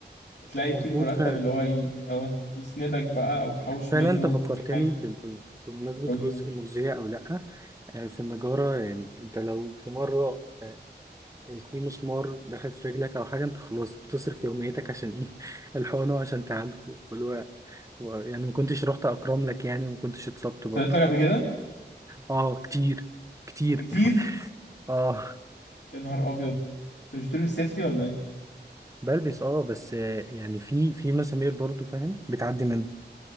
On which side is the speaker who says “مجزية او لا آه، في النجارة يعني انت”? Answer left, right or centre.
Right